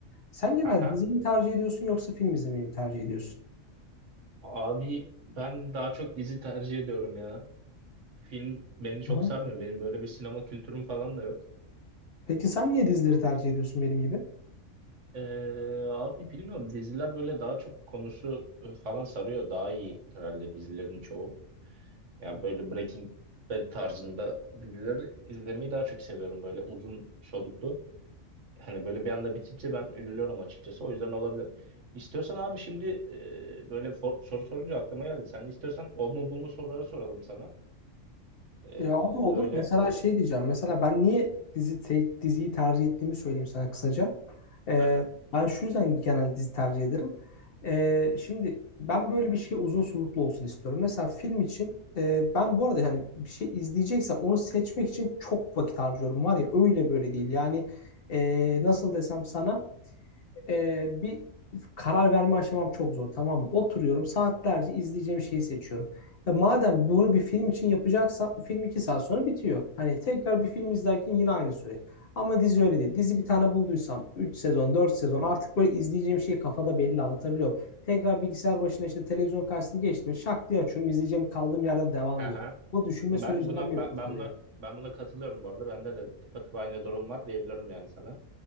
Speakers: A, on the left; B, on the right.
A: Sen genelde
B: Aha.
A: dizi mi tercih ediyorsun yoksa film izlemeyi mi tercih ediyorsun?
B: Abi ben daha çok dizi tercih ediyorum ya. Film beni çok
A: Hı hı.
B: sarmıyor. Benim böyle bir sinema kültürüm falan da yok.
A: Peki sen niye dizileri tercih ediyorsun benim gibi?
B: Ee, abi bilmiyorum diziler böyle daha çok konusu e, falan sarıyor. Daha iyi herhalde dizilerin çoğu. Yani böyle Breaking Bad tarzında dizileri izlemeyi daha çok seviyorum. Böyle uzun soluklu. Hani böyle bir anda bitince ben üzülüyorum açıkçası. O yüzden olabilir. İstiyorsan abi şimdi e, böyle for- soru sorunca aklıma geldi. Sen istiyorsan o mu bu mu soruları soralım sana. Ee,
A: Ya o da olur.
B: öyle.
A: Mesela şey diyeceğim. Mesela ben niye dizi te- diziyi tercih ettiğimi söyleyeyim sana kısaca. Ee,
B: Hı hı.
A: ben şu yüzden genelde dizi tercih ederim. Ee, şimdi ben böyle bir şey uzun soluklu olsun istiyorum. Mesela film için e, ben bu arada hani bir şey izleyeceksem onu seçmek için çok vakit harcıyorum. Var ya öyle böyle değil. Yani e, nasıl desem sana e, bir karar verme aşamam çok zor tamam mı? Oturuyorum saatlerce izleyeceğim şeyi seçiyorum. Ya madem bunu bir film için yapacaksan film iki saat sonra bitiyor. Hani tekrar bir film izlerken yine aynı süreç. Ama dizi öyle değil. Dizi bir tane bulduysam 3 sezon 4 sezon artık böyle izleyeceğim şeyi kafada belli anlatabiliyorum. Tekrar bilgisayar başına işte televizyon karşısına geçtim. Şak diye açıyorum izleyeceğim kaldığım yerden devam
B: Hı
A: ediyor.
B: hı.
A: O düşünme
B: Ben
A: sürecinden
B: buna
A: beni
B: ben,
A: kurtarıyor.
B: ben buna ben buna katılıyorum bu arada. Bende de tıpatıp aynı durum var diyebilirim yani sana.